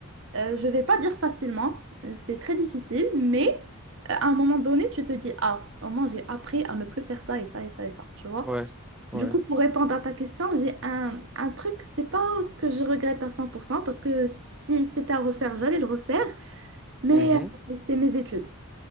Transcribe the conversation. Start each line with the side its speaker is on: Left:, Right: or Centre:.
Right: Euh, je vais pas dire facilement, euh, c'est très difficile, mais euh, à un moment donné, tu te dis, ah, au moins j'ai appris à ne plus faire ça et ça et ça et ça, tu vois.
Centre: Ouais, ouais.
Right: Du coup, pour répondre à ta question, j'ai un, un truc, c'est pas que je regrette à 100%, parce que si c'était à refaire, j'allais le refaire, mais
Centre: Mhm.
Right: euh, c'est mes études.